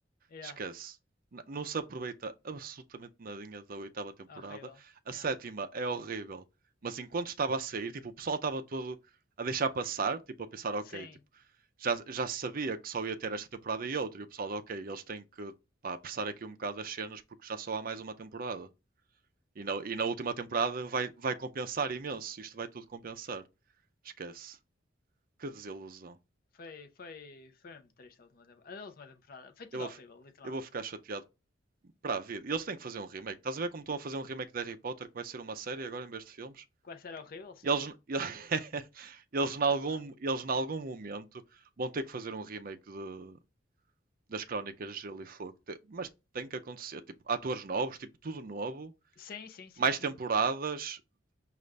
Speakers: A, on the left (about 50°); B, on the right (about 50°).
A: yeah.
B: Esquece. N- Não se aproveita absolutamente nadinha da oitava temporada.
A: Horrível.
B: A
A: Yeah.
B: sétima é horrível. Mas enquanto estava a sair, tipo, o pessoal estava todo a deixar passar, tipo, a pensar, ok,
A: Sim,
B: tipo, já, já se sabia que só ia ter esta temporada e outra. E o pessoal, ok, eles têm que, pá, apressar aqui um bocado as cenas porque já só há mais uma temporada. E na, e na última temporada vai, vai compensar imenso. Isto vai tudo compensar. Esquece. Que desilusão.
A: Foi, foi, foi mesmo triste a última temporada. A última temporada. Foi tudo
B: Eu vou,
A: horrível,
B: fi-
A: literalmente.
B: eu vou ficar chateado Para a vida. E eles têm que fazer um remake. Estás a ver como estão a fazer um remake de Harry Potter, que vai ser uma série agora em vez de filmes?
A: Quase era horrível, sim.
B: Eles, <laughs> eles, eles, em algum,
A: É verdade.
B: eles em algum momento vão ter que fazer um remake de, das Crónicas de Gelo e Fogo. Te- Mas tem que acontecer. Tipo, atores novos, tipo, tudo novo,
A: Sim, sim, sim,
B: mais
A: sim.
B: temporadas.